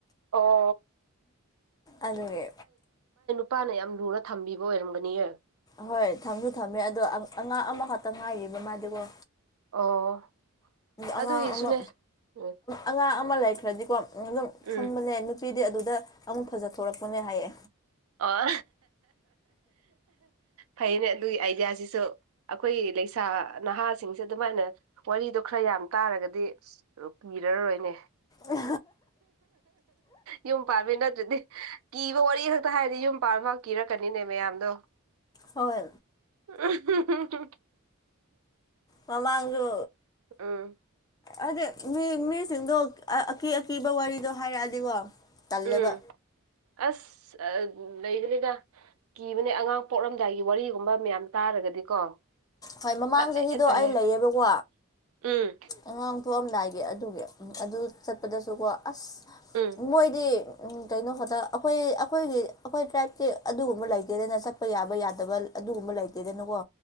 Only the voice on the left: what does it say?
ꯑꯗꯨꯒꯤ
ꯍꯣꯏ ꯊꯝꯁꯨ ꯊꯝꯃꯦ ꯑꯗꯣ ꯑꯉꯥꯡ ꯑꯃꯈꯛꯇ ꯉꯥꯏꯔꯤꯕ ꯃꯥꯗꯤꯀꯣ
ꯑꯉꯥꯡ
ꯑꯃ
ꯑꯉꯥꯡ ꯑꯃ ꯂꯩꯈ꯭ꯔꯗꯤꯀꯣ ꯑꯗꯨꯝ
ꯈꯪꯕꯅꯦ ꯅꯨꯄꯤꯗꯤ ꯑꯗꯨꯗ ꯑꯃꯨꯛ ꯐꯖꯊꯣꯔꯛꯄꯅꯦ ꯍꯥꯏꯌꯦ
ꯎ
ꯍꯣꯏ
ꯃꯃꯥꯡꯁꯨ
ꯑꯗꯨꯗꯗꯤ ꯃꯤ ꯃꯤꯁꯤꯡꯗꯣ ꯑꯀꯤ ꯑꯀꯤꯕ ꯋꯥꯔꯤꯗꯣ ꯍꯥꯏꯔꯛꯑꯗꯤꯀꯣ ꯇꯜꯂꯦꯕ
ꯍꯣꯏ ꯃꯃꯥꯡ
ꯆꯍꯤꯗꯣ
ꯑꯩ ꯂꯩꯌꯦꯕꯀꯣ
ꯑꯉꯥꯡ ꯊꯣꯛꯑꯝꯗꯥꯏꯒꯤ ꯑꯗꯨꯒꯤ ꯑꯗꯨ ꯆꯠꯄꯗꯁꯨꯀꯣ ꯑꯁ
ꯃꯣꯏꯗꯤ ꯎ ꯀꯩꯅꯣ ꯈꯛꯇ ꯑꯩꯈꯣꯏ ꯑꯩꯈꯣꯏꯒꯤ ꯑꯩꯈꯣꯏ ꯇ꯭ꯔꯥꯏꯞꯇꯤ ꯑꯗꯨꯒꯨꯝꯕ ꯂꯩꯇꯦꯗꯅ ꯆꯠꯄ ꯆꯠꯄ ꯌꯥꯕ ꯌꯥꯗꯕ ꯑꯗꯨꯒꯨꯝꯕ ꯂꯩꯇꯦꯗꯅꯀꯣ